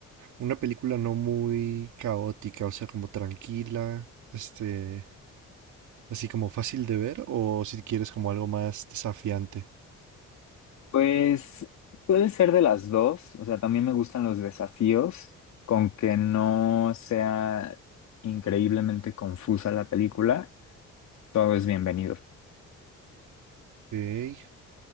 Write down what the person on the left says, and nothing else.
Pues puede ser de las dos, o sea, también me gustan los desafíos, con que no sea increíblemente confusa la película, todo es bienvenido.